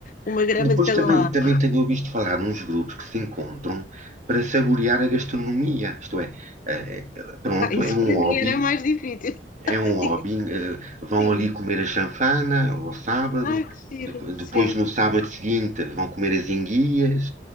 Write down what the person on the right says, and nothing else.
Depois
também,
também tenho ouvido falar nos grupos que se encontram para saborear a gastronomia. Isto é, eh, eh, pronto,
é um
hobby
É
um hobby.
eh, Vão
ali comer a chanfana ao sábado,
dep- depois
no sábado seguinte vão comer as enguias.